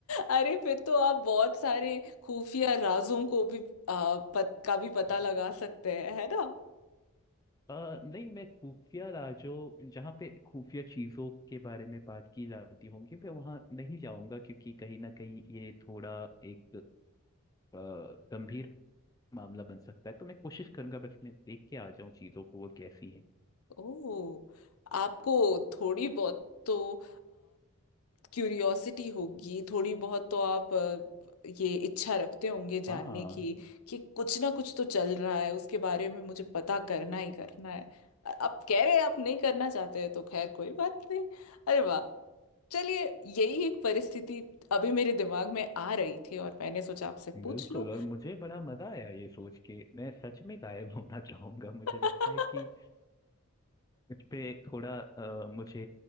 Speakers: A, on the left; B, on the left.
A: अरे फिर तो आप बहुत सारे खुफिया राजों को भी आ, पत, का भी पता
B: <laughs>
A: लगा सकते हैं है ना
B: अ, नहीं मैं खुफिया राजो जहाँ पे खुफिया चीजों के बारे में बात की जाती होगी मैं वहां नहीं जाऊंगा क्योंकि कहीं ना कहीं ये थोड़ा एक अ, गंभीर मामला बन सकता है तो मैं कोशिश करूंगा बस मैं देख के आ जाऊं चीजों को वो कैसी है
A: ओह आपको थोड़ी बहुत तो क्यूरियोसिटी होगी थोड़ी बहुत तो आप अ, ये इच्छा रखते होंगे
B: हाँ
A: जानने की कि कुछ ना कुछ तो चल रहा है उसके बारे में मुझे पता करना ही करना है अ- आप कह रहे हैं आप नहीं करना चाहते हैं तो खैर कोई बात नहीं अरे वाह चलिए यही एक परिस्थिति अभी मेरे दिमाग में आ रही थी और मैंने सोचा आपसे पूछ
B: बिल्कुल
A: लूं
B: और मुझे बड़ा मजा आया ये सोच के मैं सच में गायब होना चाहूंगा मुझे
A: <laughs>
B: लगता है कि इस पे थोड़ा अ, मुझे